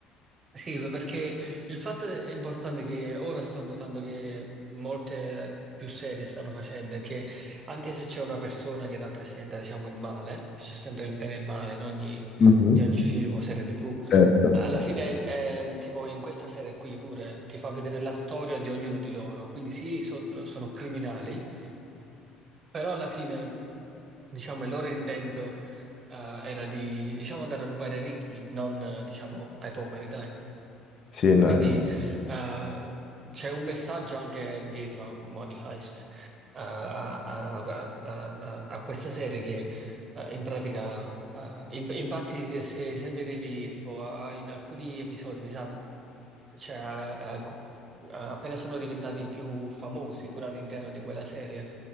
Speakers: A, on the right (about 35°); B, on the left (about 40°).
A: Sì, perché il fatto è importante che ora sto notando che molte più serie stanno facendo è che anche se c'è una persona che rappresenta, diciamo, il male, c'è sempre il bene e il male in ogni,
B: Mhm.
A: in ogni film o serie TV,
B: Certo.
A: alla fine, eh, tipo in questa serie qui pure ti fa vedere la storia di ognuno di loro, quindi sì, so- no, sono criminali, però alla fine, diciamo, il loro intento eh, era di, diciamo, andare a rubare ai ricchi, non, eh, diciamo, ai poveri, dai.
B: Sì, no.
A: Quindi eh, c'è un messaggio anche dietro a Money Heist, eh, a, a- a- a- a questa serie che eh, in pratica, eh, in- infatti se, se- se vedevi tipo a- in alcuni episodi, mi sa, cioè, a- a- co- a- appena sono diventati più famosi pure all'interno di quella serie,